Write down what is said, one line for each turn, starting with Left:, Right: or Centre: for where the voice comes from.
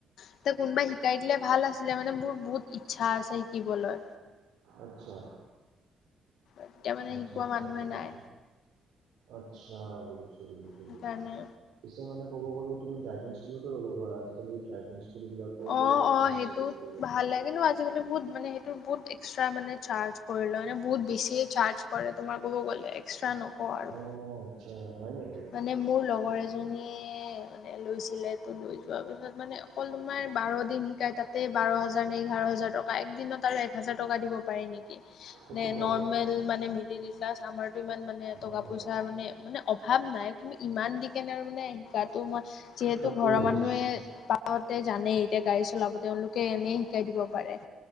Left: এতিয়া কোনোবাই শিকাই দিলে ভাল আছিলে মানে মোৰ বহুত ইচ্ছা আছে শিকিবলৈ।
Right: আচ্ছা।
Left: এতিয়া মানে
Right: আচ্ছা-আচ্ছা
Left: শিকোৱা মানুহে
Right: বুজিছো,
Left: নাই
Right: আচ্ছা বুজিছো, বুজিছো,
Left: সেইকাৰণে
Right: বুজিছো। পিছে মানে ক'ব গ'লে তুমি ড্ৰাইভিং স্কুলতো লব পাৰা, আজিকালি ড্ৰাইভিং- স্কুলবিলাকো
Left: অঁ', অঁ',
Right: হৈছে
Left: সেইটোত
Right: ক'ব গ'লে
Left: ভাল লাগে কিন্তু আজি- আজিকালি বহুত মানে সেইটো বহুত এক্সট্ৰা মানে চাৰ্জ কৰি লয়, মানে বহুত বেছিয়ে চাৰ্জ- কৰে তোমাৰ ক'ব গ'লে, এক্সট্ৰা নকওঁ আৰু।
Right: অঁহ', আচ্ছা হয় নেকি?
Left: মানে মোৰ লগৰ এজনীয়ে- লৈছিলে। ত' লৈ যোৱা পিছত মানে অকল তোমাৰ বাৰ দিন শিকাই তা'তে বাৰ হাজাৰ এঘাৰ হাজাৰ টকা, এক দিনত আৰু এক হাজাৰ টকা দিব পাৰি নেকি?
Right: সেইটো
Left: নে
Right: হয়
Left: নৰ্মেল
Right: বাৰু
Left: মানে মিডিল ৰিচাৰ্জ আমাৰটো ইমান মানে টকা
Right: উম।
Left: পইচা মানে মানে ভাৱ নাই। তুমি ইমান দি কিনে আৰু মানে শিকাটো মই
Right: শিকাতো
Left: যিহেতু ঘৰৰ
Right: বুজিছো।
Left: মানুহে পাপাহতে জানেই এতিয়া গাড়ী চলাব তেওঁলোকে এনে শিকাই দিব পাৰে।